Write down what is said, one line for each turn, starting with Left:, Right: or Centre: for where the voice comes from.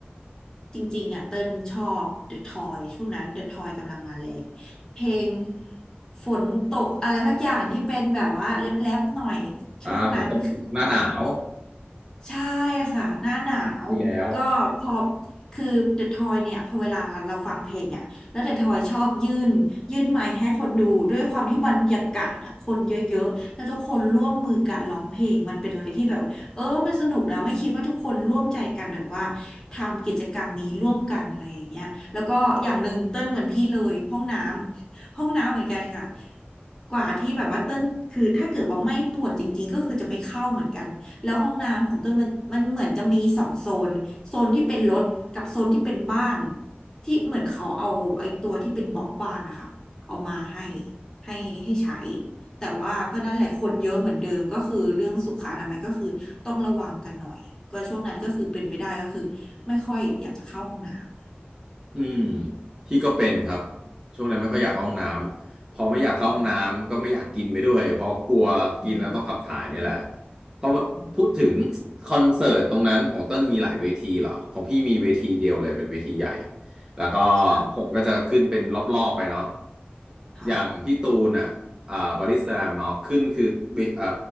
Left: จริงๆอ่ะเติ้ลชอบ The Toy ช่วงนั้น The Toy กำลังมาแรงเพลงฝนตกอะไรสักอย่างที่เป็นแบบว่าแรปๆหน่อยช่วงนั้นคือแบบว่า
Right: อ่าฝนตกหน้าหนาว
Left: ใช่ค่ะหน้าหนาวก็พอ
Right: ที่แล้ว
Left: คือเดอะทอยเนี่ยพอเวลาเราฟังเพลงอ่ะแล้วเดอะทอยชอบยื่นยื่นไมค์ให้คนดูด้วยความที่บรรยากาศอ่ะคนเยอะๆแล้วทุกคนร่วมมือกันร้องเพลงมันเป็นอะไรที่แบบเออมันสนุกนะไม่คิดว่าทุกคนร่วมใจกันแบบว่าทำกิจกรรมนี้ร่วมกันอะไรอย่างเงี้ยแล้วก็อย่างหนึ่งเต้นเหมือนพี่เลยห้องน้ำห้องน้ำเหมือนกันค่ะกว่าที่แบบว่าเต้นคือถ้าเกิดว่าไม่ปวดจริงๆก็คือจะไม่เข้าเหมือนกัน แล้วห้องน้ำของเต้ยมันมันเหมือนจะมีสองโซนโซนที่เป็นรถกับโซนที่เป็นบ้านที่เหมือนเขาเอาไอ้ตัวที่เป็นบล็อกบ้านนะคะเอามาให้ให้ให้ใช้แต่ว่าก็นั่นแหละคนเยอะเหมือนเดิมก็คือเรื่องสุขอนามัยก็คือต้องระวังกันหน่อยก็ช่วงนั้นก็คือเป็นไปได้ก็คือไม่ค่อยอยากจะเข้าห้องน้ำอืม
Right: อืมพี่ก็เป็นครับช่วงนั้นไม่ค่อยอยากเข้าห้องน้ำพอไม่อยากเข้าห้องน้ำก็ไม่อยากกินไปด้วยเพราะกลัวกินแล้วต้องขับถ่ายเนี่ยแหละ
Left: อืมใช่อืม
Right: เพราะว่าพูดถึง
Left: อืม
Right: คอนเสิร์ตตรงนั้นของเต้นมีหลายเวทีเหรอของพี่มีเวทีเดียวเลยเป็นเวทีใหญ่แล้วก็
Left: ใช่
Right: คนก็จะขึ้นเป็นรอบๆไปเนาะ
Left: ค่ะ
Right: อย่างพี่ตูนอ่ะอ่าบอดี้สแลมเนาะขึ้นคือเวเอ่า